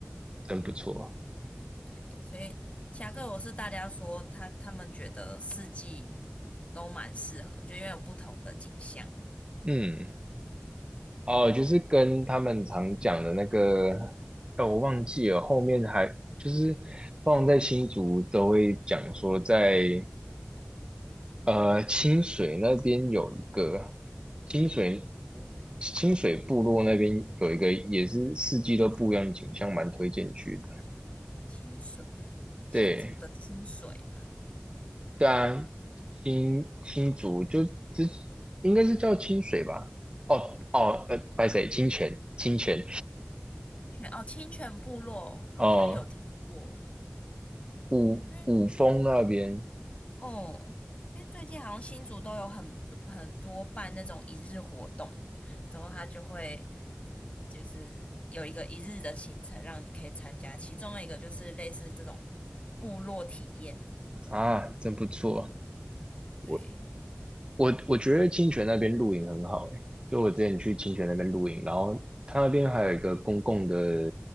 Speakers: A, on the right; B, on the left.
A: 真不错。
B: 对，所以其他各国是大家说他他们觉得四季都蛮适合，就因为有不同的景象。
A: 嗯，哦，就是跟他们常讲的那个，哦，我忘记了，后面还就是放在新竹都会讲说在，呃清水那边有一个清水清水部落那边有一个也是四季都不一样的景象，蛮推荐去的。
B: 清水，新竹的清水吗？
A: 对。对啊，新新竹就之应该是叫清水吧？哦哦，呃，白水清泉，清泉，
B: 清泉哦，清泉部落好像有听过，
A: <laughs> 哦，五五峰那边
B: 因为哦，因为最近好像新竹都有很多很多办那种一日活动，然后他就会就是有一个一日的行程让你可以参加，其中的一个就是类似这种部落体验的，
A: 啊，真不错。
B: 对，
A: 我我我觉得清泉那边露营很好诶，就我之前去清泉那边露营，然后它那边还有一个公共的